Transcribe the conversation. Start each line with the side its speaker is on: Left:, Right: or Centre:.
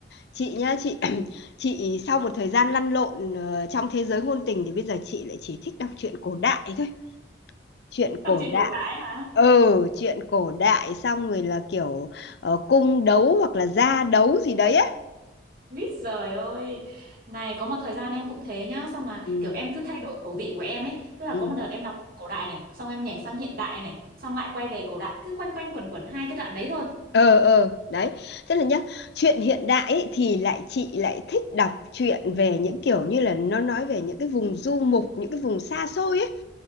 Left: Chị nhá, chị <clears throat> chị sau một thời gian lăn lộn ờ, trong thế giới ngôn tình thì bây giờ chị lại chỉ thích đọc truyện cổ đại thôi. Truyện cổ
Right: đọc chuyện
Left: đại.
Right: cổ đại hả
Left: Ừ, truyện cổ đại xong rồi là kiểu ờ, cung đấu hoặc là gia đấu gì đấy á.
Right: Mít giời ơi Này có một thời gian em cũng thế nhá Xong là
Left: Ừ,
Right: kiểu em cứ thay đổi khẩu vị của em ấy Tức là
Left: ừ.
Right: có một đợt em đọc cổ đại này Xong em nhảy sang hiện đại này Xong lại quay về cổ đại Cứ quanh quanh quẩn quẩn hai cái đoạn đấy thôi
Left: Ờ ờ, đấy. Tức là nhá, chuyện hiện đại ấy, thì lại chị lại thích đọc truyện về những kiểu như là nó nói về những cái vùng du mục, những cái vùng xa xôi ấy.